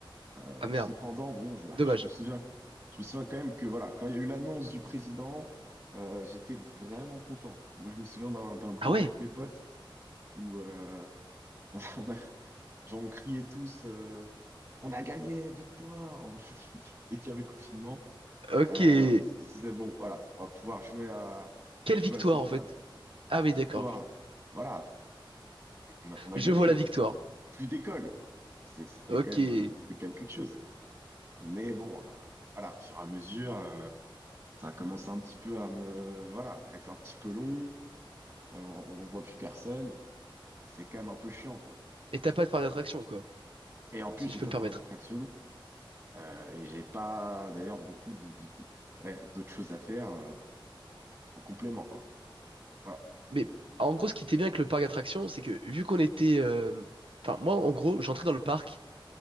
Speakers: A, on the right (about 35°); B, on the right (about 80°).
A: Euh,
B: Ah merde,
A: cependant, bon, je, bah,
B: dommage.
A: je me souviens, je me souviens quand même que voilà, quand il y a eu l'annonce du président, euh, j'étais vraiment content. Moi, je me souviens d'un d'un groupe
B: Ah ouais,
A: avec mes potes où euh, <laughs> on a, on a- genre, on criait tous, euh, on a gagné, victoire, <laughs> dès qu'il y avait confinement.
B: ok.
A: Euh,
B: Et
A: on se disait bon, voilà, on va pouvoir jouer à
B: quelle
A: jouer
B: victoire,
A: à FIFA
B: en fait. Ah
A: bah,
B: oui,
A: victoire,
B: d'accord.
A: voilà, on a, on a
B: Je
A: gagné,
B: vois la victoire.
A: quoi. Plus, plus d'école, quoi. C'est- C'était
B: Ok.
A: quand même,
B: Et
A: euh, c'était quand même quelque chose. Mais bon, euh, voilà, au fur et à mesure, euh, ça a commencé un petit peu à me, voilà, à être un petit peu long. Euh, on, on voit plus personne. C'est quand même un peu chiant, quoi.
B: t'as pas de parc d'attractions, quoi,
A: Et en plus,
B: si
A: j'ai
B: je peux
A: pas
B: me
A: de
B: permettre.
A: parc d'attraction. euh, et j'ai pas, d'ailleurs, beaucoup de, de- de- ouais, d'autres choses à faire, euh, en complément, quoi. Voilà.
B: Mais en gros, ce qui était bien avec le parc d'attractions, c'est que vu qu'on était. euh, Enfin, moi, en gros, j'entrais dans le parc